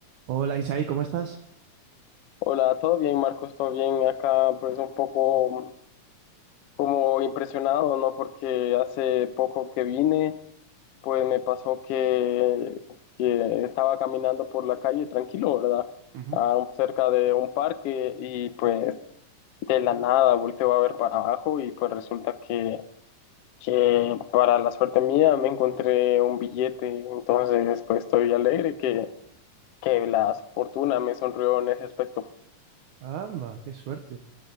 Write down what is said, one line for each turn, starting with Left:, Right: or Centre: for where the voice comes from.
Right: Hola Isaí, ¿cómo estás?
Left: Hola, ¿todo bien, Marcos? ¿Todo bien? Acá pues un poco como impresionado, ¿no? Porque hace poco que vine, pues me pasó que, que estaba caminando por la calle tranquilo, ¿verdad?
Right: Ujú.
Left: Ah, cerca de un parque y pues de la nada volteo a ver para abajo y pues resulta que, que para la suerte mía me encontré un billete, entonces pues estoy alegre que, que la fortuna me sonrió en ese aspecto.
Right: Amba, qué suerte.